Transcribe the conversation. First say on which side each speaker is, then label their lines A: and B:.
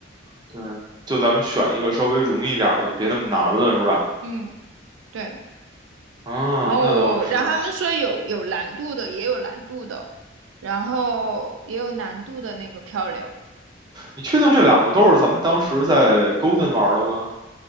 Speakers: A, on the right; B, on the right.
A: 对，就咱们选一个稍微容易点儿的，就别那么难了，是吧？
B: 嗯，对，
A: 啊，
B: 然后我然后他们说有有难度的，
A: 那倒是。
B: 也有难度的，然后也有难度的那个漂流，
A: 你确定这两个都是咱们当时在 Golden 玩的吗？